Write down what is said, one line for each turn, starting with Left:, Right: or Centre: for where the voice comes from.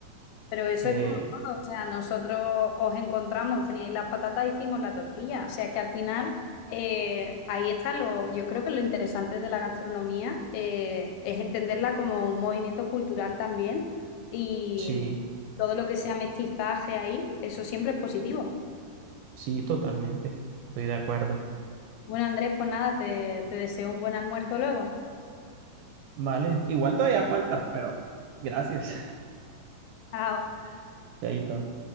Left: Pero eso
Right: Eh,
Left: es como todo, o sea, nosotros os encontramos, teníais las patatas, hicimos la tortilla. O sea, es que al final eh, ahí está lo, yo creo que lo interesante de la gastronomía eh, es entenderla como un movimiento cultural también y
Right: sí,
Left: todo lo que sea mestizaje ahí, eso siempre es positivo.
Right: sí, totalmente, estoy de acuerdo.
Left: Bueno, Andrés, pues nada, te, te deseo un buen almuerzo luego.
Right: Vale, igual todavía falta, pero gracias.
Left: Chao.
Right: <laughs> Chaito.